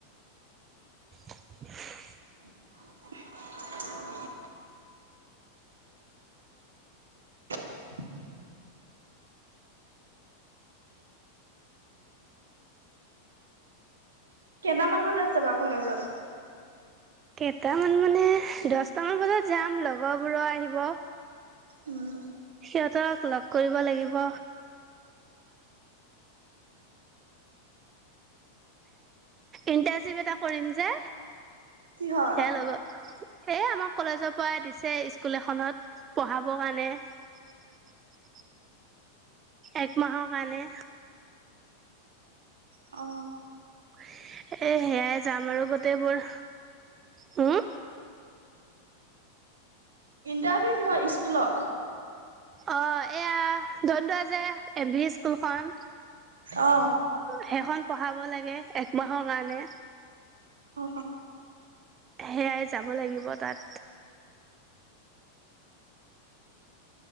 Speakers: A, on the right; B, on the right.
A: <inaudible>
B: <inaudible> <inaudible> কেইটামান বজাত জাবা কলেজত?
A: কেইটামান মানে দশটামান বজাত যাম লগৰবোৰও আহিব।
B: উম
A: সিহঁতক লগ কৰিব লাগিব। ইণ্টাৰ্ণশ্বিপ এটা কৰিম যে।
B: কিহৰ?
A: হেল লগ এ আমাৰ কলেজৰ পৰা দিছে স্কুল এখনত পঢ়াবৰ কাৰণে। একমাহৰ কাৰণে।
B: অ'।
A: <inaudible> এই সেয়াই যাম আৰু গোটেইবোৰ। হম
B: ইণ্টাৰভিউ কিহৰ ইস্কুলৰ?
A: অঁ, এয়া দনদোৱাৰ জে এম ভি স্কুলখন।
B: অ'।
A: সেইখন পঢ়াব লাগে একমাহৰ কাৰণে।
B: অ'।
A: সেয়াই যাব লাগিব তাত।